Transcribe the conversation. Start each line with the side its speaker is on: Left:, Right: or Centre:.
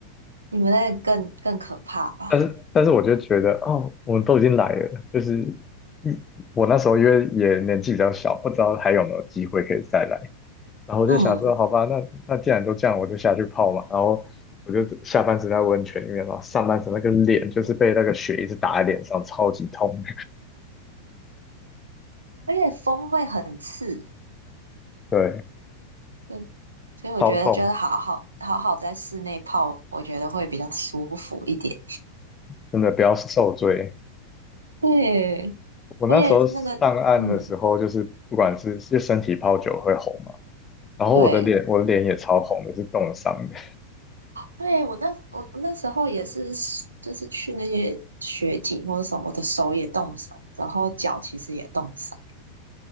Right: 你们那个更更可怕吧？
Left: 但是但是我就觉得哦，我们都已经来了，就是嗯我那时候因为也年纪比较小，不知道还有没有机会可以再来，然后我就想说，
Right: 嗯，
Left: 好吧，那那既然都这样，我就下去泡嘛，然后我就下半身在温泉里面嘛，然后上半身那个脸就是被那个雪一直打在脸上，超级痛，
Right: 而且风会很刺，
Left: <laughs> 对，
Right: 嗯，所以我觉得就是好好好好在室内泡，
Left: 超痛，
Right: 我觉得会比较舒服一点。
Left: 真的不要受罪。
Right: 对，
Left: 我那时候上岸的时候，
Right: 而且那个，嗯，
Left: 就是不管是就身体泡久会红嘛，然后我的脸我的脸也超红的，
Right: 对，
Left: 是冻伤的。
Right: 对我那我那时候也是，就是去那些雪景或者什么，我的手也冻伤，然后脚其实也冻伤，